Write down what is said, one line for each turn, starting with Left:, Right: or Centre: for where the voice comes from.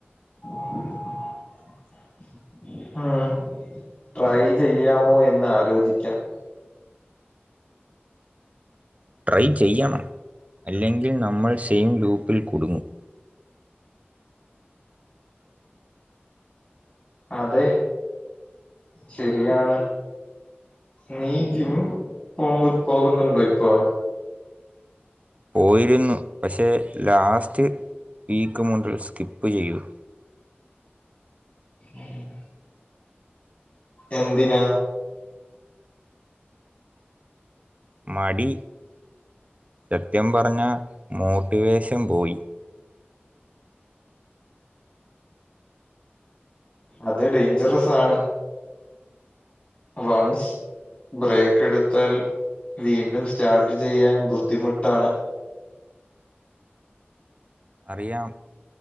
Left: <inaudible> ആഹ്. ട്രൈ ചെയ്യാമോ എന്ന് ആലോചിക്കാം.
Right: ട്രൈ ചെയ്യണം. അല്ലെങ്കിൽ നമ്മൾ സെയിം ലൂപ്പിൽ കുടുങ്ങും.
Left: അതെ ശരിയാണ് നീ ജിം പോകു പോകുന്നുണ്ടോ ഇപ്പോ?
Right: പോയിരുന്നു പക്ഷേ ലാസ്റ്റ് വീക്ക് മുതൽ സ്കിപ്പ് ചെയ്യൂ.
Left: ഉം എന്തിനാ?
Right: മടി, സത്യം പറഞ്ഞാ മോട്ടിവേഷൻ പോയി.
Left: അത് ഡേഞ്ചറസാണ്. വൺസ് ബ്രേക്ക് എടുത്താൽ വീണ്ടും സ്റ്റാർട്ട് ചെയ്യാൻ ബുദ്ധിമുട്ടാണ്
Right: അറിയാം